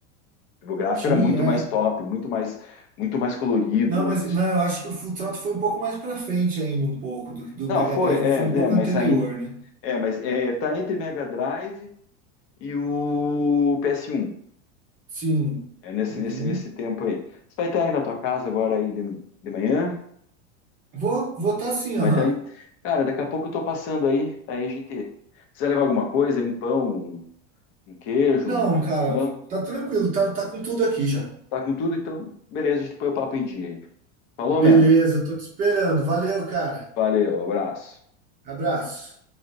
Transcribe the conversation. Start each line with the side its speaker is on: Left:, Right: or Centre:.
Left: Tipo, O gráfico
Right: tinha.
Left: era muito
Right: é.
Left: mais top, muito mais, muito mais colorido.
Right: Não, mas
Left: Isso.
Right: não, eu acho que o Full Throttle foi um pouco mais pra frente ainda, um pouco, do, do
Left: Não,
Right: Mega
Left: foi,
Right: Drive
Left: é,
Right: foi um pouco
Left: é, mas
Right: anterior,
Left: aí,
Right: né?
Left: é, mas é, tá entre Mega Drive e o PS1.
Right: Sim,
Left: É nesse,
Right: uhum.
Left: nesse, nesse tempo aí. Você vai estar aí na tua casa agora aí de, de manhã?
Right: Vou votar sim,
Left: Vai
Right: aham.
Left: estar aí? Cara, daqui a pouco eu tô passando aí, aí a gente. Precisa levar alguma coisa, um pão, Um um queijo,
Right: Não,
Left: um...
Right: cara,
Left: não?
Right: tá tranquilo, tá, tá com tudo aqui já.
Left: Tá com tudo, então? Beleza, a gente põe o papo em dia, hein? Falou,
Right: Beleza,
Left: mano.
Right: tô te esperando. Valeu, cara.
Left: Valeu, abraço.
Right: Abraço.